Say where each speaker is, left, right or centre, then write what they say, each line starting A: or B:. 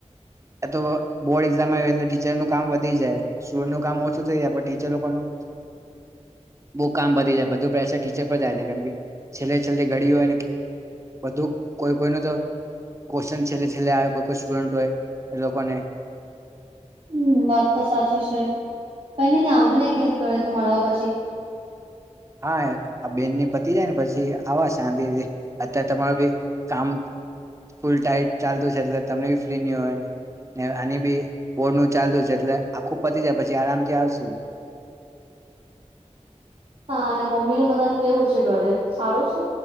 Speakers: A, on the right; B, on the right.
A: એ તો બોર્ડ એક્ઝામ આવે એટલે ટીચરનું કામ વધી જાય. સ્ટુડન્ટનું કામ ઓછું થઈ જાય પણ ટીચર લોકો નું બહુ કામ વધી જાય બધું પ્રેસર ટીચર પર જાય જાય કેમ કે છેલ્લે છેલ્લે ઘડી હોય બધું કોઈ કોઈ ન તો કોસ્ચન છેલ્લે છેલ્લે આવે કોઈ કોઈ સ્ટુડન્ટ હોય એ લોકોને
B: હમ્મ વાત તો સાચી છે. કઈ નઈ ને આવજો ને એક દિવસ ઘરે તું મળવા પછી.
A: હા આ બેનની પતિ જાય ને પછી આવા શાંતિથી. અત્યારે તમારું બી કામ ફૂલ ટાઈટ ચાલતું છે. એટલે તમને બી ફ્રી નહી હોય, આની બી બોર્ડ નું ચાલતું છે એટલે આખું પતી જાય પછી આરામ થી આવશું.
B: હા અને મમ્મી ને બધાને કેવું છે ઘરે સારું છે?